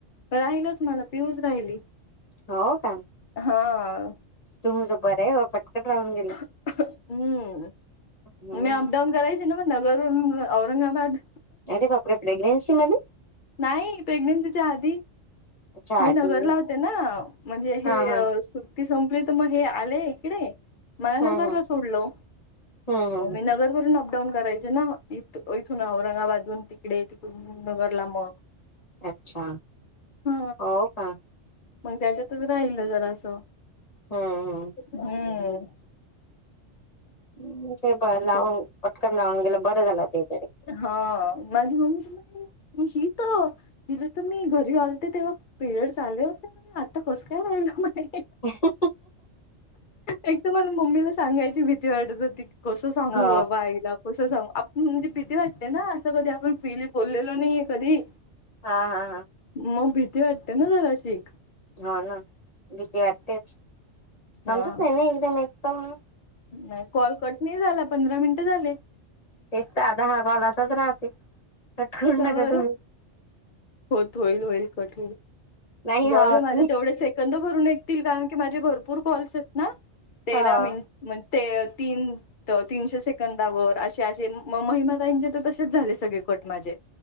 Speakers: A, on the left; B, on the left.
A: राहिलच मला पियूस राहिली
B: हो का?
A: हा
B: तुझं बरं आहे पटकन राहून गेलं.
A: हम्म
B: हम्म
A: मी अप डाऊन करायचे नव्ह नगर वरून औरंगाबाद.
B: अरे का कपडे प्रेग्नसी मध्ये
A: नाही प्रेग्नेन्सीच्या आधी
B: अच्छा
A: मी
B: आधी
A: नगरला होते ना म्हणजे हे
B: हा हा
A: सूप ती संपली तर मग हे आले इकडे. मला नगरला
B: हम्म हम्म
A: सोडलं
B: हम्म
A: मी
B: हम्म
A: नगरवरून डाऊन करायचे ना इथ इथून औरंगाबादून तिकडे तिकून नगरला मग
B: अच्छा
A: हा
B: हो का
A: मग त्याच्यातच राहिल जरास.
B: हम्म हम्म हम्म.
A: हम्म.
B: हम्म ते ब लावून
A: ते-
B: पटकन लावून गेलं बरं झालं ते तरी
A: हा माझी मम्मी <inaudible> ही त तिथ तर मी घरी लते तेव्हा पिरियड आले होते, म्ह आता कस काय राहिल म्हणे
B: अहं.
A: एक तर मला मम्मीला सांगायची भीती वाटत होती. कसं सांगू
B: हा.
A: बाईला कसं सांगू आप म्हणजे भीती वाटते ना असं कधी आपण पिली बोललेलो नाही कधी.
B: हा हा हा.
A: मग भीती वाटते ना जरा शीख.
B: हो ना भीती वाटतेच, समजत
A: हा
B: नाही ना एकदम एक तर.
A: नाही कॉल कट नाही झाला पंधरा मिनिटं झाले.
B: तेच तर दहा कॉल असच राहते, कट करून
A: का
B: नका
A: बरं
B: तुम्ही.
A: होत होईल होईल कठ
B: नाही हा
A: जाऊ दे
B: होत
A: माझे
B: नाही
A: तेवढे सेकंद भरून ऐकतील कारण की माझे भरपूर कॉल्स आहेत ना. तेरा
B: हो
A: मिनिट म्हणजे ते तीन तर तीनशे सेकंदावर असे असे महिम ताईचे तर तसेच झाले सगळे कट माझे